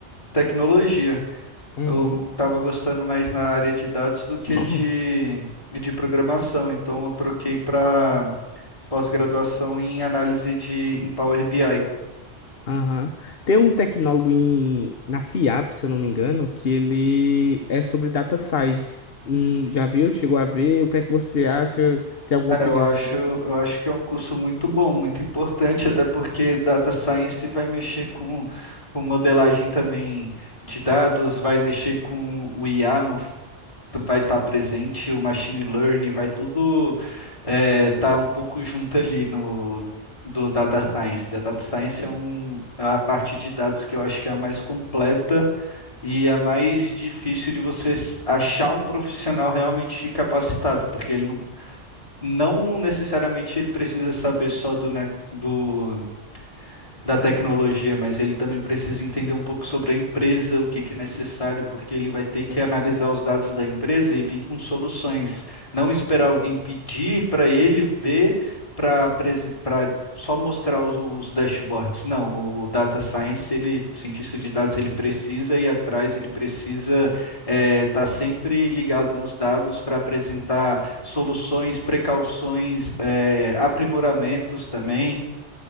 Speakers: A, on the left (about 30°); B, on the left (about 55°).
A: tecnologia.
B: Uhum.
A: Eu estava gostando mais na área de dados do que
B: <coughs>
A: de, de programação, então eu troquei para pós-graduação em análise de em Power BI.
B: Aham. Tem um tecnólogo em, na FIAP, se eu não me engano, que ele é sobre data science. Hum, já viu? Chegou a ver? O que é que você acha? Tem alguma
A: É,
B: opinião
A: Eu acho,
B: sobre?
A: eu acho que é um curso muito bom, muito importante, até porque Data Science vai mexer com, com modelagem também de dados, vai mexer com o IA no vai estar presente, o machine learning, vai tudo estar um pouco junto ali no do data science. A data science é, um, é a parte de dados que eu acho que é a mais completa e é a mais difícil de você s- achar um profissional realmente capacitado, porque ele não, não necessariamente ele precisa saber só do, ne- do da tecnologia, mas ele também precisa entender um pouco sobre a empresa, o que que é necessário, porque ele vai ter que
B: Uhum.
A: analisar os dados da empresa e vir com soluções. Não esperar alguém pedir para ele ver para para só mostrar os, os dashboards. Não, o data science, ele, cientista de dados, ele precisa ir atrás, ele precisa estar sempre ligado nos dados para apresentar soluções, precauções, eh, aprimoramentos também.